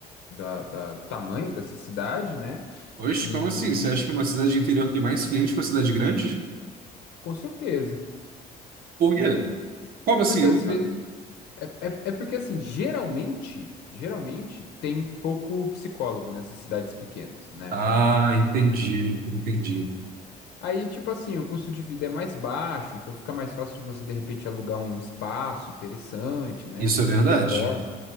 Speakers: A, on the left; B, on the right.
A: da, da- do tamanho dessa cidade, né?
B: Oxe,
A: E
B: como assim? Você acha que uma cidade interior tem mais clientes que uma cidade grande?
A: com certeza.
B: Por quê? Como assim?
A: Porque
B: Eu
A: às
B: não-
A: vezes. É, é, é porque assim, geralmente, geralmente tem pouco psicólogo nessas cidades pequenas, né?
B: Ah, entendi, entendi.
A: Aí, tipo assim, o custo de vida é mais baixo, então fica mais fácil de você, de repente, alugar um espaço interessante, né?
B: Isso
A: Fazer
B: é verdade.
A: reforma.